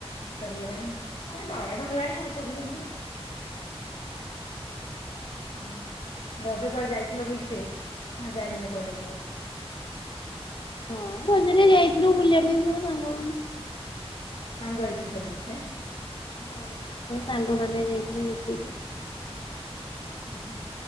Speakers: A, on the left; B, on the left.
A: ସରିଗଲାଣି। ଆ ସେ ବାରଟା ହେଲାଣି ଆଉ ସରିବନି ନା। ହୁଁ। ରଜ କୁଆଡେ ଯାଇଥିଲ ବୁଲିତେ? ନା ଯାଇନ କୁଆଡେ ଏଥର?
B: ହଁ ରଜରେ ଯାଇଥିଲୁ ବୁଲିବା ପାଇଁ ସବୁ ସାଙ୍ଗ
A: ସାଙ୍ଗ ହେଇକି ସମସ୍ତେ?
B: ହଁ। ଆଉ ସାଙ୍ଗମାନେ ଯାଇଥିଲୁ ମିଶିକି
A: ହୁଁ ହୁଁ।